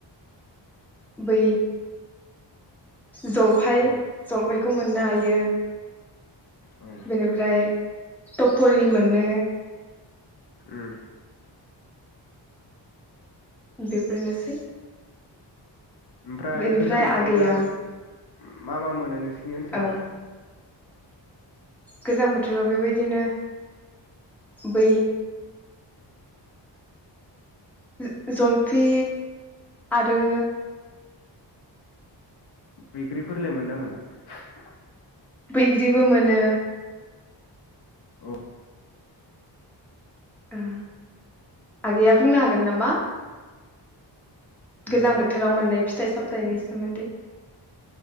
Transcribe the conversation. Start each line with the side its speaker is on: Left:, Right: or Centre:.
Centre: बै जलफाय
Left: औ
Centre: जलफाय खौ मोननो हायो।
Left: औ
Centre: बेनिफ्राय टपरि मोन मोनो
Left: ओम
Centre: बेफोरनोसै
Left: ओमफ्राय
Centre: बेनिफ्राय
Left: गोजां बोथोरावलाय
Centre: आगैया
Left: उम मा मा मोनो नोंसि नि ओनसोलाव
Centre: ओं गोजां बोथोराव बेबायदिनो बै ज- जलफि आरो
Left: बैख्रिफोरलाय मोनोना मोना? <unintelligible>
Centre: बैग्रिबो मोनो
Left: औ
Centre: उम आगैया बुंनो हागोन नामा
Left: उम
Centre: गोजां बोथोराव मोननाय फि थाइ-सामथाइनि सोमोन्दै